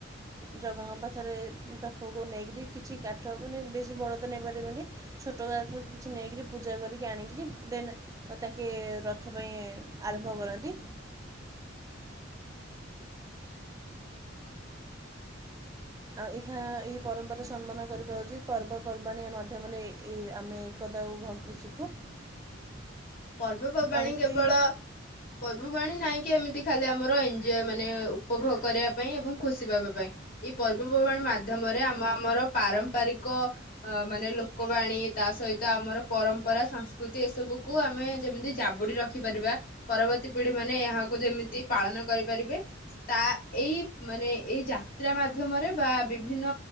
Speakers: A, on the right (about 15°); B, on the left (about 50°).
A: ଜଗାଙ୍କ ପାଥରେ ପାଖକୁ ନେଇକରି କିଛି କାଠ ମାନେ ବେଶୀ ବଡ଼ ତ ନେବାରେ ମ ଛୋଟ ଗଥ କିଛି ନେଇକରି ପୂଜା କରିକି ଆଣିକରି ଦେନ୍ ତାକେ ରଥ ପାଇଁ ଆରମ୍ଭ କରନ୍ତି। ନ୍ତି
B: ହଁ
A: ଆଉ ଏହା ଏଇ ପରମ୍ପରା ସମ୍ମାନ କରିବା ଉଚିତ ପର୍ବପର୍ବାଣିଆ ମାଧ୍ୟମରେ ଆମେ ଏକତା ଓ ଭକ୍ତି ଶିଖୁ।
B: ପର୍ବପର୍ବାଣୀ
A: ଆଉ
B: କେବଳ
A: କି
B: ପର୍ବପର୍ବାଣି ନାଇଁ କି ଏମିତି ଖାଲି ଆମର ଏନ ଯେ ମାନେ ଉପଭୋଗ କରିବା ପାଇଁ ଏବଂ ଖୁସି ପାଇବା ପାଇଁ ଏଇ ପର୍ବ ପର୍ବପର୍ବାଣି ମାଧ୍ୟମରେ ଆମ ଆମର ପାରମ୍ପରିକ ଅ ମାନେ ଲ ଲୋକବାଣୀ ତା ସହିତ ଆମର ପରମ୍ ପରା ସଂସ୍କୃତି ଏସବୁକୁ ଆମେ ଯେମିତି ଜାବୁଡି ରଖି ପାରିବା ପରବର୍ତ୍ତୀ ପିଢ଼ି ମାନେ ଏହାକୁ ଯେମିତି ପାଳନ କରିପାରିବେ ତା ଏଇ ମାନେ ଏଇ ଯାତ୍ରା ମାଧ୍ୟମରେ ବା ବିଭିନ୍ନ